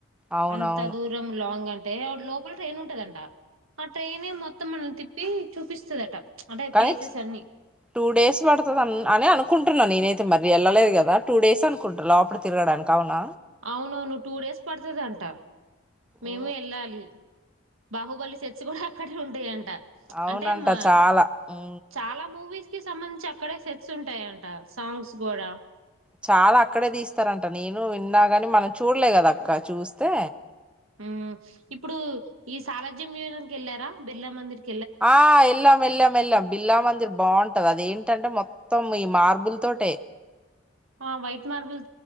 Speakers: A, in the centre; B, on the right.
A: అవునవును
B: అంత దూరం లాంగ్ అంటే అంటే లోపల ట్రైన్ ఉంటదంట. ఆ ట్రైనే మొత్తం మనల్ని తిప్పి చూపిస్తదట. అంటే
A: కానీ
B: ప్లేసెస్ అన్ని
A: టూ డేస్ పడుతది అని అనుకుంటున్నా నేనతే అయితే మరి వెళ్ళలేదు కదా టూ డేస్ అనుకుంట లోపటి తిరగడానికి అవున
B: అవునువును్వు టూ డేస్ పడుతుదంట మేము
A: ఓ
B: వెళ్ళాలి బాహుబలి సెర్చ్ కూడా అక్కడే ఉంటాయంట
A: అవునంట
B: అంటే మా
A: చాలా ఉ
B: చాలా మూవీస్ కి సంబంధించి అక్కడే సెట్స్ ఉంటాయంట సాంగ్స్ కూడా
A: చాలా అక్కడే తీస్తారంట నేను విన్నా ని మనం చూడలే కదా అక్క చూస్తే
B: ఉ ఇప్పుడు ఈ సాలజ్యం యగంకి వెళ్లారా బిర్లా మందిర్కి
A: ఆ వెళ్ల్ాం వెళ్ళాం వెళ్ళాం బిల్లా మందిర్ బాగుంటది అదేంటి ఏంటంటే మొత్తం ఈ మార్బుల్ తోటే
B: ఆ వైట్ మార్బల్